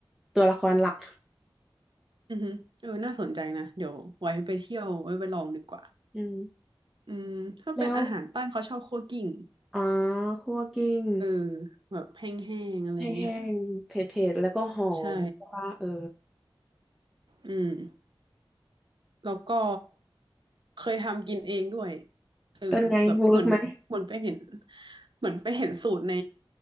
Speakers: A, in the centre; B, on the right.
A: ตัวละครหลัก
B: อืมเออน่าสนใจนะเดี๋ยวไว้ไปเที่ยวไว้ไปลองดีกว่า
A: อืม
B: อืมถ้าเป็นอาหารใต้เขาชอบคั่วกลิ้ง
A: แล้วอ๋อคั่วกิ้ง
B: เออแบบแห้งๆอะไรเงี้ย
A: แห้งๆเผ็ดๆแล้วก็หอมว่าเออ
B: ใช่อืมแล้วก็เคยทำกินเองด้วยเออแบบเหมือนเหมือนไปเห็น
A: เป็นไงเวิร์กไหม
B: เหมือนไปเห็นสูตรใน